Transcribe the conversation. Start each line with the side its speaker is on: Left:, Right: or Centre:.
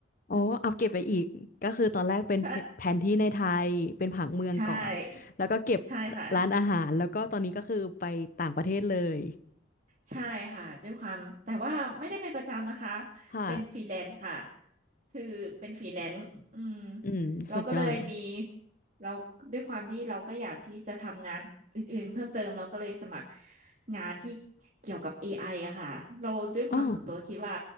Left: โอ้อัปเก็บไปอีกก็คือตอนแรกเป็นแผนที่ในไทยเป็นผังเมืองก่อนแล้วก็เก็บ
Right: ใช่ใช่ใช่ค่ะ
Left: ร้านอาหารแล้วก็ตอนนี้ก็คือไปต่างประเทศเลย
Right: ใช่ค่ะด้วยความแต่ว่าไม่ได้เป็นประจำนะคะ
Left: ค่ะ
Right: เป็นฟรีแลนซ์ค่ะคือเป็นฟรีแลนซ์อืม
Left: อืมสุดยอด
Right: เราก็เลยมีเราด้วยความที่เราก็อยากที่จะทำงานอื่นๆเพิ่มเติมเราก็เลยสมัครงานที่เกี่ยวกับเอ i ออะค่ะเราด้วยความส่วนตัวคิดว่า
Left: อ๋อ